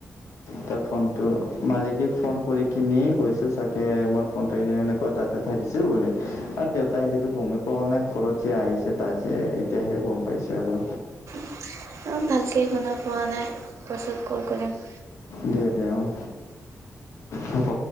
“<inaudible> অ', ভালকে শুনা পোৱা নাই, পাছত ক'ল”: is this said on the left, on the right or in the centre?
Right